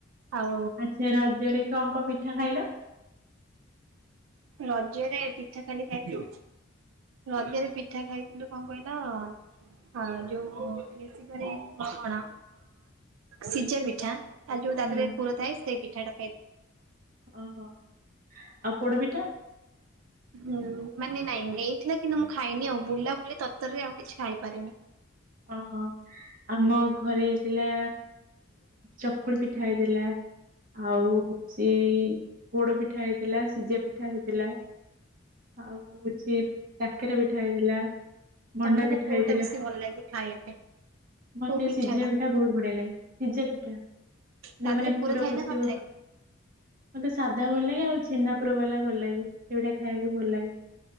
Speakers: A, on the right (about 85°); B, on the right (about 45°).
A: ଆଉ
B: ଆଚ୍ଛା! ରଜରେ କଣ କଣ ପିଠା ଖାଇଲ?
A: ରଜରେ ପିଠା ଖାଲି ଖାଇଥିଲ। ରଜରେ ପିଠା ଖାଇଥିଲୁ, କଣ କହିଲ ହଁ ଯୋଉ ଆ ବେଶି କରି କଣ ସିଝା ପିଠା ଆଉ ଯୋଉ ତାଥିରେ
B: ହୁଁ
A: ପୁର ଥାଏ ସେ ପିଠା ଟା ଖାଇଥାଏ।
B: ଓହୋ ଆଉ ପୋଡ ପିଠା?
A: ହୁଁ ମାନେ ନାଇଁ ହେଇଥିଲା କିନ୍ତୁ ମୁଁ ଖାଇନି ଆଉ ବୁଲାବୁଲି ତରତରରେ ଆଉ କିଛି ଖାଇପାରିନି।
B: ଓହୋ। ଆମ ଘରେ ହେଇଥିଲା ଚକୁଳି ପିଠା ହେଇଥିଲା। ଆଉ ସେଇ ପୋଡ ପିଠା ହେଇଥିଲା ସିଝା ପିଠା ହେଇଥିଲା। ଆଉ ହଉଛି କାକେରା ପିଠା ହେଇଥିଲା। ମଣ୍ଡା
A: ତମକୁ
B: ପିଠା
A: କୋଉଟା
B: ହେଇଥିଲା
A: ବେଶୀ ଭଲ ଲାଗେ ଖାଇବା ପାଇଁ?
B: ମତେ
A: କୋଉ
B: ସିଝା
A: ଟା
B: ପିଠା ବହୁତ ବଢିଆ ଲାଗେ, ସିଝା ପିଠା ନ
A: ତା ଦେହରେ
B: ମାନେ ପୁର
A: ଥାଏ
B: ପଷିଥିବ।
A: ନା ନଥାଏ?
B: ମତେ ସାଧା ଭଲ ଲାଗେ, ଆଉ ଛେନା ପୁର ବାଲା ଭଲ ଲାଗେ, ସେଇଗୁଡା ଖାଇବାକୁ ଭଲ ଲାଗେ।